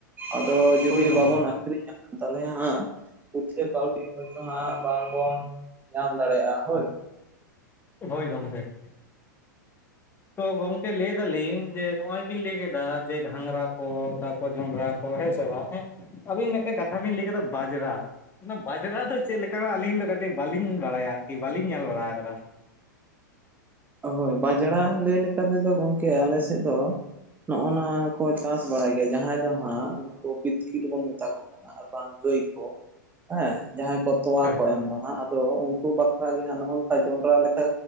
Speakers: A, on the right; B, on the left.
A: ᱟᱫᱚ ᱡᱩᱫᱤ
B: ᱦᱳᱭ ᱜᱚᱝᱠᱮ
A: ᱵᱟᱵᱚᱱ ᱟᱹᱷᱨᱤᱧᱟ ᱛᱟᱦᱚᱞᱮ ᱦᱟᱸᱜ ᱯᱩᱭᱥᱟᱹ ᱠᱟᱹᱣᱰᱤ ᱠᱚᱫᱚ ᱦᱟᱸᱜ ᱵᱟᱝ ᱵᱚᱱ ᱧᱟᱢ ᱫᱟᱲᱮᱭᱟᱜᱼᱟ ᱦᱳᱭ ᱾
B: ᱦᱚᱭ ᱜᱚᱢᱠᱮ ᱾ ᱛᱚ ᱜᱚᱝᱠᱮ ᱞᱟᱹᱭ ᱫᱟᱞᱤᱧ ᱡᱮ ᱱᱚᱜᱚᱭ ᱵᱤᱱ ᱞᱟᱹᱭ ᱠᱮᱫᱟ ᱡᱮ ᱜᱷᱟᱝᱨᱟ ᱠᱚ ᱛᱟ ᱯᱚᱨ ᱡᱚᱱᱰᱨᱟ ᱠᱚ ᱦᱮᱸ ᱥᱮ ᱵᱟᱝ ᱦᱮᱸ ᱟᱵᱤᱱ ᱢᱤᱫᱴᱮᱱ ᱠᱟᱛᱷᱟ ᱵᱤᱱ ᱞᱟᱹᱭ ᱠᱮᱫᱟ ᱵᱟᱡᱽᱨᱟ ᱚᱱᱟ ᱵᱟᱡᱽᱨᱟ ᱫᱚ ᱪᱮᱫ ᱞᱮᱠᱟᱱᱟ ᱟᱹᱞᱤᱧ ᱫᱚ ᱠᱟᱹᱴᱤᱡ ᱵᱟᱞᱤᱧ ᱵᱟᱲᱟᱭᱟ ᱟᱨᱠᱤ ᱵᱟᱞᱤᱧ ᱧᱮᱞ ᱵᱟᱲᱟ ᱟᱠᱟᱫᱟ?
A: ᱦᱳᱭ ᱵᱟᱡᱽᱲᱟ ᱞᱟᱹᱭ ᱞᱮᱠᱟ ᱛᱮᱫᱚ ᱜᱚᱝᱠᱮ ᱟᱞᱮ ᱥᱮᱫ ᱫᱚ ᱱᱚᱜᱼᱚ ᱱᱟ ᱠᱚ ᱪᱟᱥ ᱵᱟᱲᱟᱭ ᱜᱮᱭᱟ ᱡᱟᱦᱟᱸᱭ ᱫᱚ ᱦᱟᱸᱜ ᱱᱩᱠᱩ ᱵᱤᱛᱠᱤᱞ ᱵᱚᱱ ᱢᱮᱛᱟ ᱠᱚ ᱠᱟᱱᱟ ᱾ ᱟᱨ ᱵᱟᱝ ᱜᱟᱹᱭ ᱠᱚ ᱦᱮᱸ, ᱡᱟᱦᱟᱸᱭ ᱠᱚ ᱛᱚᱣᱟ
B: ᱦᱮᱸ
A: ᱠᱚ ᱮᱢ ᱫᱟ ᱦᱟᱸᱜ ᱾ ᱫᱚ ᱩᱱᱠᱩ ᱵᱟᱠᱷᱨᱟ ᱜᱮ ᱦᱟᱸᱜ ᱱᱚᱜ-ᱚᱝᱠᱟ ᱡᱚᱸᱰᱨᱟ ᱞᱮᱠᱟ